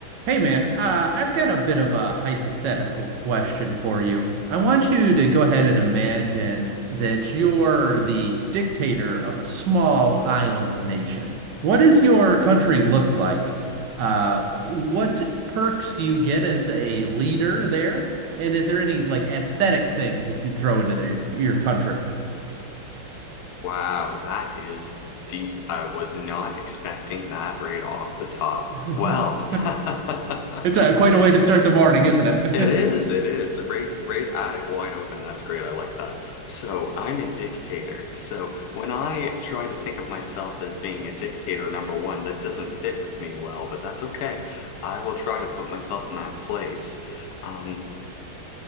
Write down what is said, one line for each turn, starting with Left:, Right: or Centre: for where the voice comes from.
Right: Hey man, uh, I've got a bit of a hypothetical question for you. I want you to go ahead and imagine that you're the dictator of a small island nation. What does your country look like? Uh, what perks do you get as a leader there? And is there any like aesthetic things that you'd throw into the, your country?
Left: Wow, that is deep. I was not expecting that right off the top.
Right: <laughs>
Left: Well, <laughs>
Right: It's a, quite a way to start the morning, isn't it?
Left: it is, it is. Right, right at it wide open. That's great. I like that. So I'm a dictator. So when I try to think of myself as being a dictator, number one, that doesn't fit with me well, but that's okay. I will try to put myself in that place. Um,